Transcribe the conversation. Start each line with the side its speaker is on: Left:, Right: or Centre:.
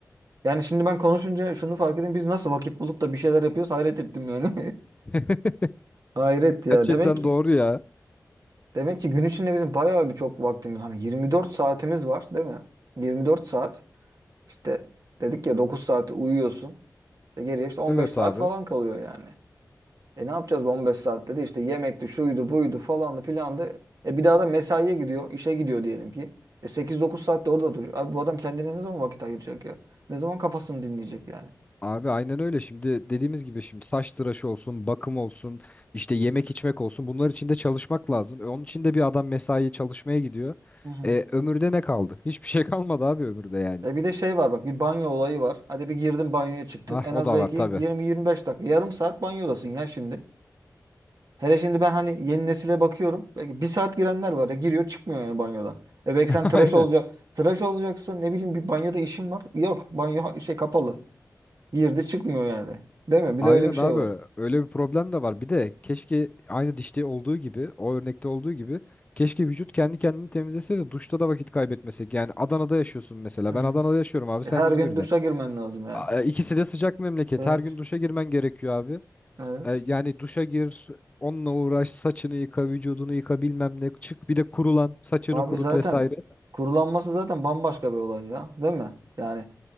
Right: Yani şimdi ben konuşunca şunu fark ettim. Biz nasıl vakit bulup da bir şeyler yapıyoruz hayret ettim yani.
Left: <laughs>
Right: <laughs> Hayret ya.
Left: Gerçekten
Right: Demek ki
Left: doğru ya.
Right: demek ki gün içinde bizim bayağı bir çok vaktimiz hani 24 saatimiz var değil mi? 24 saat işte dedik ya 9 saati uyuyorsun. İşte geriye işte 15
Left: Evet
Right: saat
Left: abi.
Right: falan kalıyor yani. E ne yapacağız bu 15 saatte de işte yemekti, şuydu, buydu falandı filandı. E bir daha da mesaiye gidiyor, işe gidiyor diyelim ki. E 8-9 saatte orada duruyor. Abi bu adam kendine ne zaman vakit ayıracak ya? Ne zaman kafasını dinleyecek yani?
Left: Abi aynen öyle. Şimdi dediğimiz gibi şimdi saç tıraşı olsun, bakım olsun, işte yemek içmek olsun. Bunlar için de çalışmak lazım. E, onun için de bir adam mesaiye çalışmaya gidiyor.
Right: Hı hı.
Left: E, ömürde ne kaldı? <laughs> Hiçbir şey kalmadı abi ömürde yani.
Right: E bir de şey var bak bir banyo olayı var. Hadi bir girdin banyoya çıktın.
Left: Ah
Right: En
Left: o
Right: az
Left: da
Right: belki
Left: var tabii.
Right: 20-25 dakika. Yarım saat banyodasın ya şimdi. Hele şimdi ben hani yeni nesile bakıyorum. Belki bir saat girenler var ya giriyor çıkmıyor yani banyodan. E belki
Left: <laughs>
Right: sen tıraş
Left: Aynen.
Right: olacak. Tıraş olacaksın ne bileyim bir banyoda işin var. Yok banyo ha- şey kapalı. Girdi çıkmıyor yani. Değil mi? Bir
Left: Aynen
Right: de öyle bir şey
Left: abi.
Right: var.
Left: Öyle bir problem de var. Bir de keşke aynı dişte olduğu gibi, o örnekte olduğu gibi keşke vücut kendi kendini temizlese de duşta da vakit kaybetmesek. Yani Adana'da yaşıyorsun mesela.
Right: Hı hı.
Left: Ben Adana'da yaşıyorum abi.
Right: E
Left: Sen
Right: Her
Left: İzmir'de.
Right: gün duşa girmen lazım yani.
Left: A- e, İkisi de sıcak memleket.
Right: Evet.
Left: Her gün duşa girmen gerekiyor abi.
Right: Evet.
Left: E, Yani duşa gir, onunla uğraş, saçını yıka, vücudunu yıka bilmem ne. Çık bir de kurulan, saçını
Right: Abi
Left: kurut
Right: zaten
Left: vesaire.
Right: kurulanması zaten bambaşka bir olay ya. Değil mi? Yani